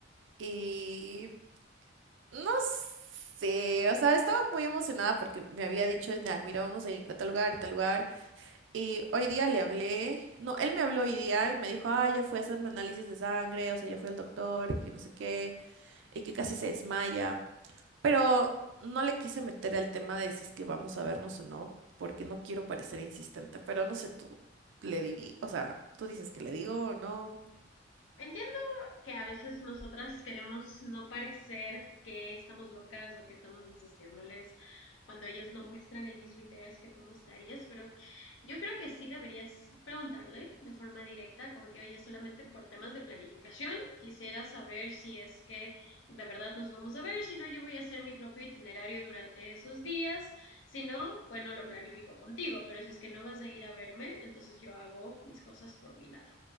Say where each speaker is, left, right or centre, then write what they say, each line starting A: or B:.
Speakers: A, on the right; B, on the left.
A: Y no sé, o sea, estaba muy emocionada porque me había dicho, "Nah, mira, vamos a ir a tal lugar y tal lugar. Y hoy día le hablé, no, él me habló hoy día y me dijo, ah, ya fue a hacerme análisis de sangre, o sea, ya fue al doctor, y que no sé qué, y que casi se desmaya. Pero no le quise meter el tema de si es que vamos a vernos o no, porque no quiero parecer insistente, pero no sé, tú le di, o sea, tú dices que le digo o no.
B: Entiendo que a veces nosotras queremos no parecer que estamos locas o que estamos insistiéndoles cuando ellos no muestran el mismo interés que tú mostrarías, pero yo creo que sí deberías preguntarle de forma directa, como que, oye, solamente por temas de planificación, quisiera saber si es que de verdad nos vamos a ver, si no, yo voy a hacer mi propio itinerario durante esos días, si no, bueno, lo planifico contigo, pero si es que no vas a ir a verme, entonces yo hago mis cosas por mi lado.